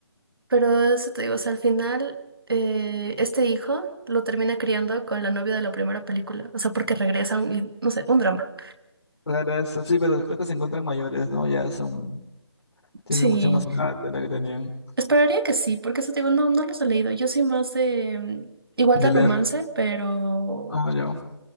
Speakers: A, on the right (about 55°); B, on the left (about 60°).
A: pero eso te digo, o sea, al final eh, este hijo lo termina criando con la novia de la primera película, o sea, porque regresan y, no sé, un drama.
B: Claro, eso, sí, pero creo que se encuentran mayores, ¿no? Ya son, tienen
A: Sí,
B: mucha más edad de la que tenían
A: Esperaría que sí, porque eso te digo, no, no los he leído, yo soy más de, mm, igual
B: de
A: de
B: leer.
A: romance, pero,
B: Ah, yo.